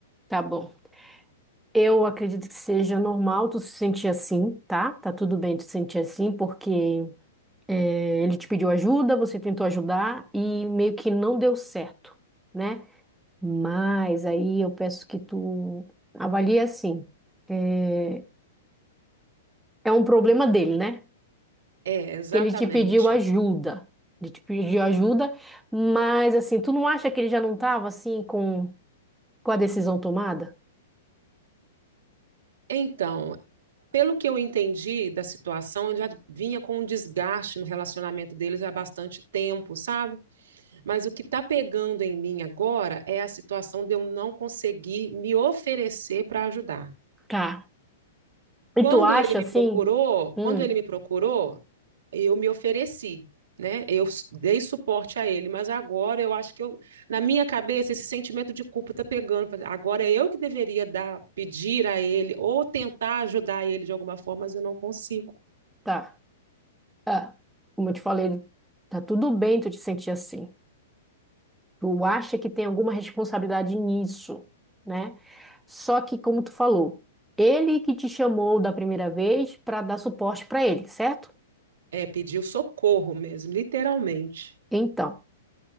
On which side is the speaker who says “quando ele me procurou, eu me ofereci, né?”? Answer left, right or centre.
Right